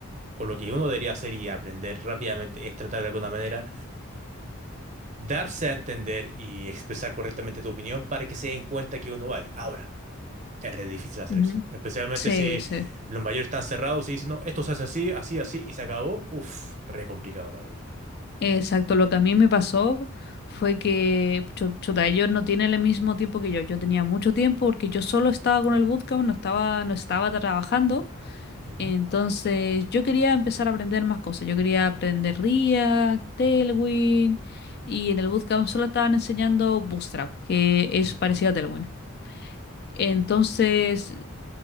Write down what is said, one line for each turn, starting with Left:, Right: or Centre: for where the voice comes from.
Right: con lo que uno debería hacer y aprender rápidamente es tratar de alguna manera, darse a entender y expresar correctamente tu opinión para que se den cuenta que uno vale. Ahora. Es re difícil hacer
Left: ujú.
Right: eso. Especialmente
Left: Sí,
Right: si
Left: sí.
Right: los mayores están cerrados y dicen, no, esto se hace así, así, así, y se acabó. Uf, re complicado, la verdad.
Left: Exacto, lo que a mí me pasó fue que, chu- chuta, ellos no tienen el mismo tiempo que yo. Yo tenía mucho tiempo porque yo solo estaba con el bootcamp, no estaba, no estaba trabajando.
Right: Ujú,
Left: Entonces, yo quería empezar a aprender más cosas. Yo quería aprender React, Tailwind, y en el bootcamp solo estaban enseñando Bootstrap, que es
Right: ujú,
Left: parecido a Tailwind. Entonces,